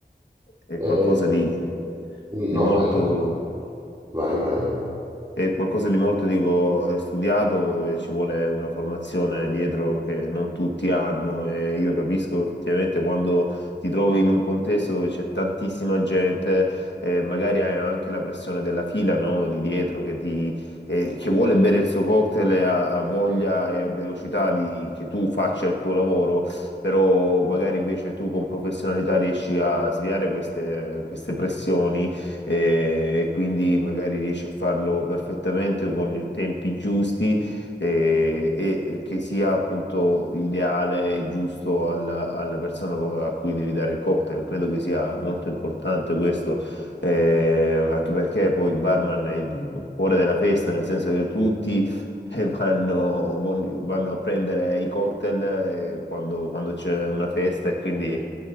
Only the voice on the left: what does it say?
è
qualcosa di, di
molto
È qualcosa di molto, dico, è studiato, dove ci vuole una formazione dietro che non tutti hanno e io capisco effettivamente quando ti trovi in un contesto dove c'è tantissima gente, eh, magari hai anche la pressione della fila, no, di dietro che, ti, eh, che vuole bere il suo cocktail e ha, ha voglia e ha velocità di, che tu faccia il tuo lavoro, però magari invece tu con professionalità riesci a sviare queste, queste pressioni eh, e quindi magari riesce a farlo perfettamente con i tempi giusti eh, e che sia appunto ideale e giusto alla, alla persona a cui devi dare il cocktail. Credo che sia molto importante questo. eh, anche perché poi il barman è il cuore della festa, nel senso che tutti e vanno, vanno a prendere i cocktail eh, quando, quando c'è una festa e quindi